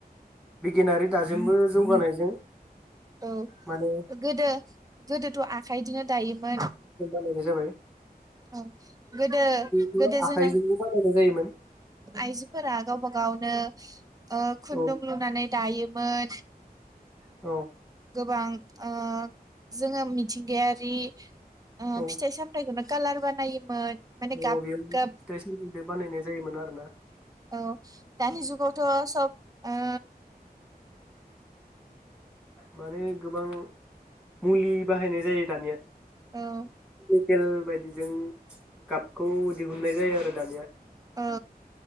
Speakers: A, in the centre; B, on the right.
A: बिगियानारि दाजेमबो जौगानायजों
B: औ
A: माने
B: गोदो गोदोथ' आखाइजोंनो दायोमोन
A: नैबे जाबाय
B: औ गोदो
A: आखाइजोंनो
B: गोदो जोंना
A: बानायनाय जादों होजायोमोन
B: आइजोफोरा गावबा गावनो औ खुनदुं
A: औ
B: लुनानै दायोमोन
A: औ
B: गोबां ओ जोङो मिथिंगायारि ओ
A: औ
B: फिथाइ सामथाइखोनो कालार बानायोमोन माने
A: औ
B: गाब
A: बेयाव फिथाइ
B: गाब
A: सामथाइजों बानायनाय जायोमोन आरोना
B: औ दानि जुगावथ' सब ओ
A: माने गोबां मुलि बाहायनाय जायो दानिया
B: औ
A: केल बायदिजों गाबखौ दिहुननाय जायो आरो दानिया
B: औ